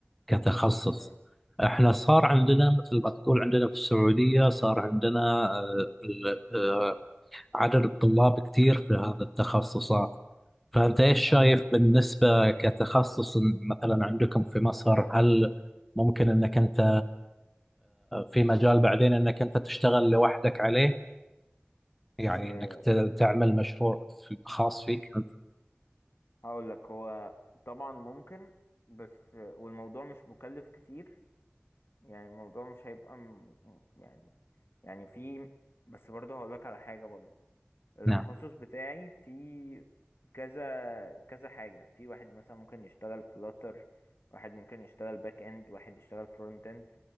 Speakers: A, in the centre; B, on the left.
A: كتخصص
B: اه
A: احنا صار عندنا مثل ما تقول عندنا في السعودية صار عندنا آه، ال- آه، عدد الطلاب كتير في هذا التخصصات فأنت إيش
B: اه
A: شايف بالنسبة كتخصص مثلا عندكم في مصر هل ممكن أنك أنت في مجال بعدين أنك أنت تشتغل لوحدك عليه يعني
B: آه،
A: انك ت- تعمل مشروع في- خاص فيك انت
B: هقول لك هو طبعا ممكن بس والموضوع مش مكلف كتير يعني الموضوع مش هيبقى م... م- يعني يعني في بس برضه هقولك على حاجة برضه التخصص
A: نعم
B: بتاعي في كذا كذا حاجة في واحد مثلا ممكن يشتغل فلاتر واحد ممكن يشتغل باك اند واحد يشتغل فرونت اند